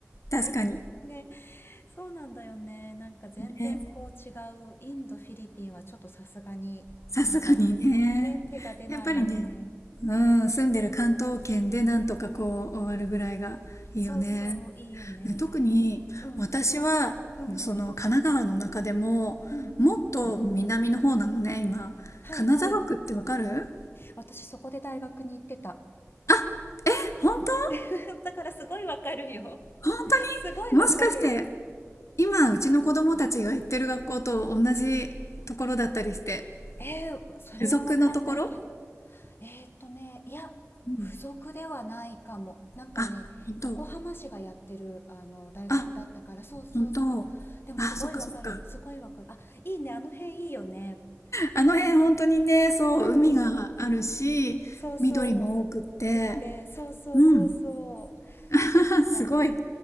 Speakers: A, on the left; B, on the left.
A: 確かに。
B: <laughs> ね、そうなんだよね。なんか全然こう違う。
A: ね。
B: インド、フィリピンはちょっとさすがになんか
A: さすがにね。
B: ね、手が出ないよね。
A: やっぱりね、うん、住んでる関東圏でなんとかこう終わるぐらいがいいよね。
B: そうそう、いいよね。
A: ね特に私は、
B: うん、うん、うん、
A: その神奈川の中でも、
B: うん。
A: もっと南の方なのね、今。
B: はいはい。
A: 金沢区ってわかる
B: 私そこで大学に行ってた。
A: あ、本当
B: <laughs> だからすごいわかるよ。
A: 本当
B: すごいわかる。
A: にもしかして、今、うちの子供たちが行ってる学校と同じところだったりして。
B: えー、それはわかんないけど。
A: 付属のところ
B: えーっとね、いや、
A: うん
B: 付属ではないかも。なんかね、
A: あ、本当
B: 横浜市がやってる、あの、大学だったから、
A: あ、
B: そうそうそう。
A: 本当あ、
B: でもすごいわかる、
A: そっかそっか。
B: すごいわかる。あ、いいね、あの辺いいよね。
A: あの辺本当にね、そう、
B: うん、
A: 海があるし、
B: そうそう。
A: 緑も多くって、
B: くって、そうそうそうそう。
A: うん。<laughs>
B: そっか。
A: すごい。